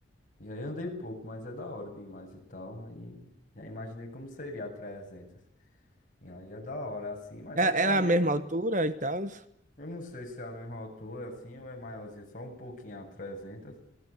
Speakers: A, on the left; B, on the right.
A: E aí andei pouco, mas é da hora demais e tal. Aí já imaginei como seria a 300. E aí é da hora, assim, mas
B: É-
A: atualmente
B: Era a mesma altura e tal?
A: eu não sei se é a mesma altura, assim, ou é maiorzinho, só um pouquinho a 300,